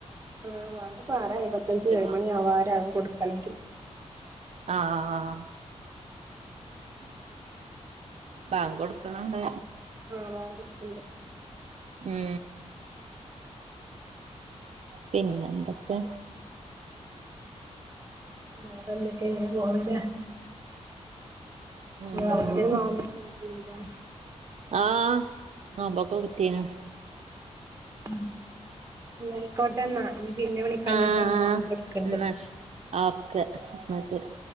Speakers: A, on the right (about 25°); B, on the right (about 65°).
A: ആഹ് വാങ്ക്പ്പോ ആറേഅയ്മ്പത്തഞ്ച് ഏഴ്മണി
B: ബാങ്ക് കൊടുക്കാൻ
A: ആവാരാകും കൊട്ക്കണെങ്കി
B: ആഹ ആ് ബങ്കൊട്ക്ക്ണണ്ട്
A: ആഹ് വാങ്കൊട്ക്ക്ണ്ട്
B: മ് പിന്നെന്തൊക്കെ
A: വേറെന്തെക്കെ ഇങ്ങനെ പോണ് ലെ
B: ഉം
A: മുഹറത്തിന് നോബെല്ലം നോറ്റീനീലെ.
B: ആഹ് നോമ്പോക്കെ നോറ്റീനു
A: മ് ന്ന യിക്കോട്ടെന്നാ. നി പിന്നെ വിളിക്കണ്ട്
B: ആഹ്
A: ട്ടാ ബാങ്കൊട്ക്ക്ണ്ട്.
B: എന്നാ ശ ഓക്കെ ന്നാ ശരി